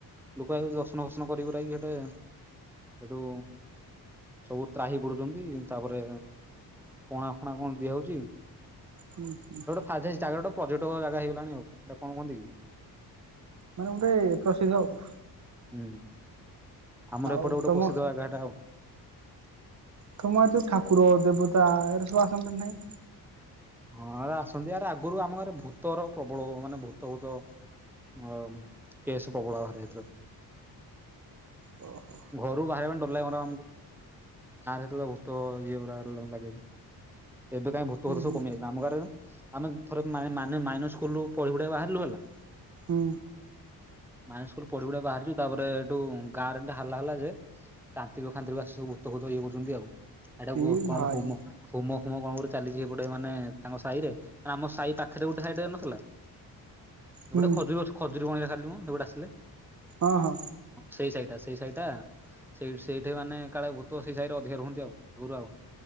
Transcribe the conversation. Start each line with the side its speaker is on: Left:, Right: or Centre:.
Centre: ଲୁୋକଇଛି ଦର୍ଶନ ଫର୍ସନ କର ଯକି ସେଠେ। ଏଟୁ। ସବୁ ତ୍ରାହି ପଡୁଛନ୍ତି ତାପରେ ପଣା ଫଣା କଣ ଦିଆ ହଉଛି।
Right: ହୁଁ ହୁଁ।
Centre: ହଁ ସେ ଜାଗା ପର୍ଯ୍ୟଟକ ଜାଗା ହେଇ ଗଲାଣି ଆଉ କଣ କୁହନ୍ତି କି?
Right: ମାନେ ଗୋଟେ ପ୍ରସିଦ୍ଧ ଆଉ।
Centre: ହୁଁ ଆମର
Right: ଆଉ
Centre: ଏପଟେ ଗୋଟେ
Right: ତମ
Centre: ପସିଦ୍ଧ ଜାଗା ହେଟା ଆଉ
Right: ତମ ଆଡେ ଯୋଉ ଠାକୁର ଦେବତା ଏଇରା ସବୁ ଆସନ୍ତି ନା ନାଇଁ?
Centre: ହଁ ଆରେ ଆସନ୍ତି ଆରେ ଆଗରୁ ଆମ ଘରେ ଭୂତର ପ୍ରବଳ ମାନେ ଭୂତ ଭୂତ ଅ କେଏସେ ପ୍ରବଳ ବାହାରେ ହେତେଳେ
Right: ହୁଁ
Centre: ଘରୁ ବାହାରିବା ପାଇଁ ଡର <unintelligible> ଆମକୁ, ଗାଁ ରେ ହେତେଳେ ଭୂତ ଇଏ ପୁରା ଲାଗେଥେ ଏବେ କାଇଁ ଭୂତ ଫୁତ
Right: ହୁଁ
Centre: ସବୁ କମି ଯାଇଚନ୍ତି, ଆମ ଗାଁ ରେ ନା - ଆମେ ଥରେ ମାଇ ମାନେ ମାଇନର ସ୍କୁଲରୁୁ <unintelligible> ବାହାରିଲୁ ଗଲା।
Right: ହୁଁ।
Centre: ମାଇନର ସ୍କୁଲରୁ ପଢିପୁଢାକି ବାହାରିଚୁ ତାପରେ ହେଟୁ ଗାଁରେ - ଟା ହାଲା ହେଲା ଯେ ତାନ୍ତ୍ରିକ ଫାନ୍ତ୍ରିକ ଆସି ସବୁ ଭୂତ ଫୁତ ଇଏ କରୁଚନ୍ତି ଆଉ, ଏଟାକୁ
Right: ଏ ଭାଇ
Centre: କଣ ହୋମ - ହୁମ ଫୁମ କଣ ଗୁରେ ଚାଲିଚି ହେଇପଟେ ମାନେ ତାଙ୍କ ସାଇରେ, ମାନେ ଆମ ସାହି ପାଖେରେ ଗୋଟେ ସାଇ ଟେ ନଥେଲା -
Right: ହୁଁ
Centre: ଗୋଟେ ଖଜୁରୀ ଗଛ ଖଜୁରୀ ବଣିରେ ଖାଲି ମୁଁ ସେ ଗୋଟେ ଆସିଲେ -
Right: ହଁ ହଁ।
Centre: ସେଇ ସାଇ ଟାସ ସେଇ ସାଇ ଟା ସେଇ ସେଇଠି ମାନେ କାଳେ ଭୂତ ସେଇ ସାଇରେ ଅଧିକା ରୁହନ୍ତି ଆଉ ଏଗୁରୁ ଆଉ।